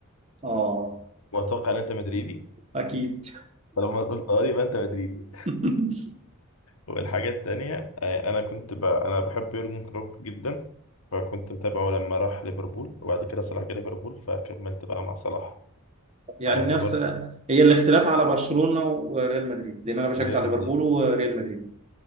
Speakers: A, on the right; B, on the left.
A: اه
B: واتوقع ان انت مدريدي
A: <laughs> اكيد
B: فلما قلت اه يبقى انت مدريدي
A: <laughs>
B: والحاجة التانية آه، انا كنت ب... انا بحب يورجن كلوب جدا فكنت متابعه لما راح ليفربول وبعد كده صلاح جه ليفربول فكملت بقى مع صلاح
A: يعني
B: فيعتبر
A: نفس هي الاختلاف على برشلونة وريال مدريد لان انا بشجع
B: من ريال
A: ليفربول
B: مدريد
A: وريال مدريد